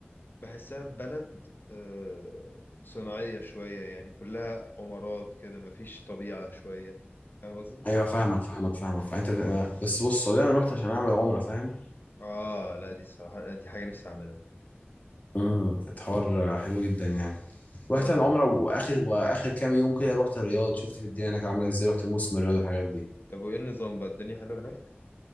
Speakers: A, on the left; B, on the left.
A: بحسها بلد آه صناعية شوية يعني كلها عمارات كده مفيش طبيعة شوية فاهم قصدي؟
B: ايوه فاهمك فاهمك فاهمك فانت بت- بس بص والله انا رحت عشان اعمل عمره فاهم
A: اه لا دي الصراحة دي حاجة نفسي اعملها
B: امم الحوار حلو جدا يعني رحت
A: اه
B: العمره واخر واخر كام يوم كده رحت الرياض شفت في الدنيا هناك عامله ازاي رحت موسم الرياض والحاجات دي
A: طب وايه النظام بقى الدنيا حلوة هناك